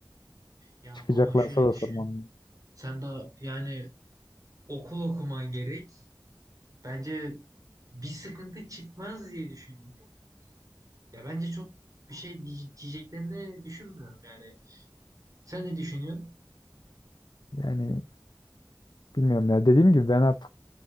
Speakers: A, on the right; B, on the left.
A: Ya
B: Çıkacaklarsa
A: ama şöyle
B: da
A: düşün.
B: sormam.
A: Sen daha yani okul okuman gerek. Bence bir sıkıntı çıkmaz diye düşünüyorum. Ya bence çok bir şey diye- diyeceklerini düşünmüyorum yani. Sen ne düşünüyorsun?
B: Yani bilmiyorum ya. Dediğim gibi ben artık